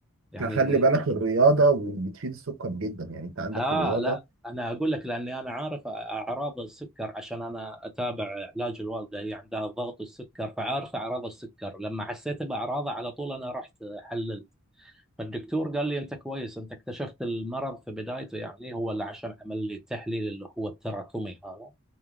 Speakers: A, in the centre; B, on the right.
A: يعني
B: خلي بالك الرياضه بتفيد السكر جدا يعني انت عندك
A: آه
B: الرياضه
A: لا أنا أقول لك لأني أنا عارف أعراض السكر عشان أنا أتابع علاج الوالدة هي عندها ضغط السكر فعارف أعراض السكر لما حسيت بأعراضه على طول أنا رحت حل فالدكتور قال لي انت كويس انت اكتشفت المرض في بدايته يعني هو اللي عشان عمل لي التحليل اللي هو التراكمي هذا